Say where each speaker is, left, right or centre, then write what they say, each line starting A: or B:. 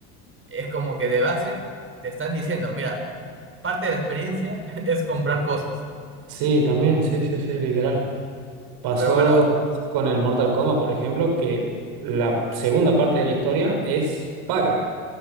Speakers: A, on the right; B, on the right.
A: es como que de base te están diciendo, mira, parte de la experiencia <laughs> es comprar cosas.
B: Sí, también, sí, sí, sí, literal. Pasó
A: Pero bueno,
B: con el Mortal Kombat, por ejemplo, que la segunda parte de la historia es paga,